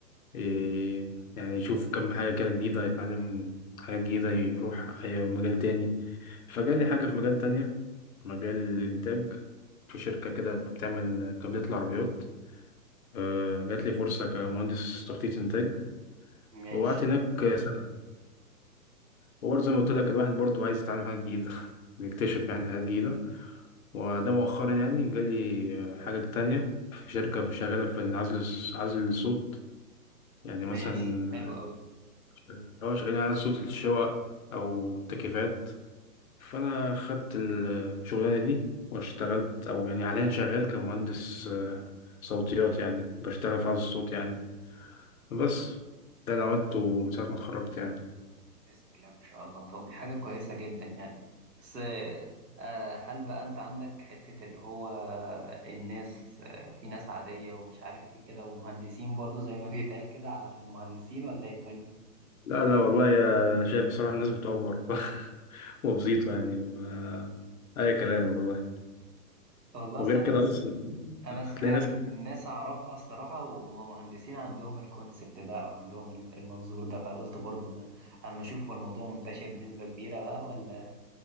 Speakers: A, on the left; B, on the right.
A: ي- يعني يشوف كم حاجة كده جديدة يتعلم حاجة جديدة يروح أي مجال تاني فجالي حاجة في مجال تانية مجال الإنتاج في شركة كده بتعمل كابلات العربيات آه، جات لي فرصة كمهندس تخطيط إنتاج
B: ماشي
A: وقعدت هناك سنة وبرضه زي ما قلت لك الواحد برضه عايز يتعلم حاجة جديدة <laughs> بيكتشف يعني حاجة جديدة وده مؤخرا يعني جالي حاجة تانية في شركة شغالة في العزل عزل الصوت يعني مثلا
B: ماشي حلو
A: آه،
B: قوي ده
A: لو شغالين على صوت الشواء أو التكييفات فانا خدت الشغلانه دي واشتغلت او يعني حاليا شغال كمهندس آه، صوتيات يعني بشتغل في عزل الصوت يعني بس ده اللي عملته من ساعه ما اتخرجت يعني
B: بسم الله ما شاء الله طب دي حاجة كويسة جدا يعني بس آه هل بقى انت عندك حتة اللي هو الناس آه في ناس عادية ومش عارف ايه كده ومهندسين برضو زي ما بيتقال كده على المهندسين ولا ايه الدنيا
A: لا لا والله يا شايف بصراحه الناس بتأفور <laughs> وبزيطه يعني ما... اي كلام والله
B: والله
A: وغير
B: اصلا انا
A: كده اصلا
B: انا
A: هتلاقي
B: سمعت
A: ناس
B: من ناس اعرفها الصراحه وهم مهندسين عندهم الكونسبت ده او عندهم ال- المنظور ده فقلت برضو ما اما اشوف هو الموضوع منتشر بنسبه كبيره بقى ولا